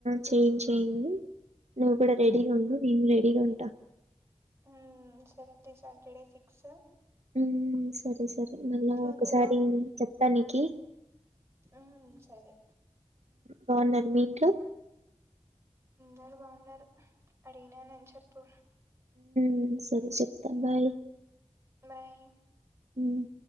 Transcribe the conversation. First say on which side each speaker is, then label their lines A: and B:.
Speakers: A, on the right; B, on the right.
A: చెన్ చెను నువ్వు కూడా రెడీగా ఉండు. నేన్ రెడీగా ఉంటా.
B: ఉమ్ సరేతే సాటర్డే ఫిక్సా
A: ఉహ్మ్ సరే సరే మళ్ళా ఒకసారి
B: అందరు
A: చెప్పానికి
B: ఉం సరే
A: బావున్నారు. మీ ఇంట్లో
B: చాలా బాగున్నారు. అడిగిన్నని చెప్పు
A: ఉమ్ సరే చెప్తాన్ బాయ్
B: బాయ్
A: ఉహ్మ్